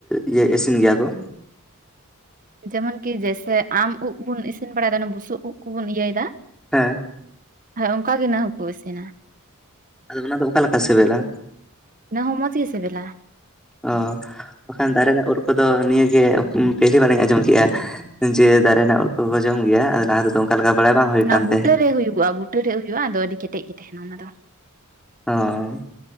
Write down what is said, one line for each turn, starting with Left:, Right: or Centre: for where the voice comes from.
Centre: ᱤᱭᱟᱹ ᱤᱥᱤᱱ ᱜᱮᱭᱟ ᱜᱚ᱾
Right: ᱡᱮᱢᱚᱱ ᱠᱤ ᱡᱭᱮᱥᱮ ᱟᱢ ᱩᱵ ᱵᱚᱱ ᱤᱥᱤᱱ ᱵᱟᱲᱟᱭᱫᱟ ᱚᱱᱮ ᱵᱩᱥᱩᱵ ᱩᱫ ᱠᱩᱵᱚᱱ ᱤᱭᱟᱹᱭᱮᱫᱟ᱾
Centre: ᱦᱮᱸ
Right: ᱟᱨ ᱚᱝᱠᱟ ᱜᱮ ᱱᱟ ᱦᱚᱠᱚ ᱤᱥᱤᱱᱟ ᱾
Centre: ᱟᱫᱚ ᱚᱱᱟ ᱫᱚ ᱚᱠᱟ ᱞᱮᱠᱟ ᱥᱮᱵᱮᱞᱟ
Right: ᱤᱱᱟᱹ ᱦᱚᱸ ᱢᱚᱸᱡᱽ ᱜᱮ ᱥᱤᱵᱤᱞᱟ
Centre: ᱚ ᱵᱟᱠᱷᱟᱱ ᱫᱟᱨᱮ ᱨᱮᱱᱟᱜ ᱳᱫ ᱠᱚᱫᱚ ᱱᱤᱭᱟᱹ ᱜᱮ ᱯᱮᱦᱞᱤ ᱵᱟᱨᱤᱧ ᱟᱸᱡᱚᱢ ᱠᱮᱜᱼᱟ ᱡᱮ ᱫᱟᱨᱮ ᱨᱮᱱᱟᱜ ᱳᱞ ᱠᱚᱠᱚ ᱡᱚᱢ ᱜᱮᱭᱟ ᱟᱫᱚ ᱞᱟᱦᱟ ᱛᱮᱫᱚ ᱚᱝᱠᱟ ᱞᱮᱠᱟ ᱵᱟᱲᱟᱭ ᱵᱟᱝ ᱦᱩᱭ
Right: ᱚᱱᱟ
Centre: ᱠᱟᱱ
Right: ᱵᱩᱴᱟᱹ
Centre: ᱛᱟᱦᱮᱸᱫ
Right: ᱨᱮ ᱦᱩᱭᱩᱜᱼᱟ ᱵᱩᱴᱟᱹ ᱨᱮ ᱦᱩᱭᱩᱜᱼᱟ ᱟᱫᱚ ᱟᱹᱰᱤ ᱠᱮᱴᱮᱡ ᱜᱮ ᱛᱟᱦᱮᱱᱟ ᱚᱱᱟ ᱫᱚ
Centre: ᱚ